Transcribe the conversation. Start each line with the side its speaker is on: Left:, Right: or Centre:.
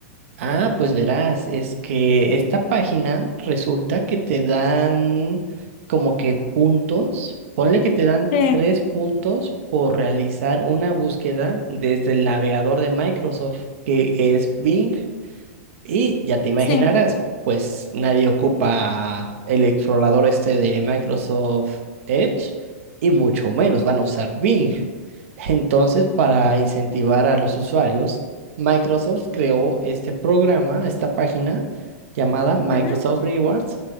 Right: Ah, pues verás, es que esta página resulta que te dan como que puntos, ponle que te dan
Left: Sí,
Right: tres puntos por realizar una búsqueda desde el navegador de Microsoft, que es Bing. Y ya te imaginarás,
Left: sí.
Right: pues nadie ocupa el explorador este de Microsoft Edge y mucho menos van a usar Bing. Entonces, para incentivar a los usuarios, Microsoft creó este programa, esta página llamada Microsoft
Left: ujú,
Right: Rewards,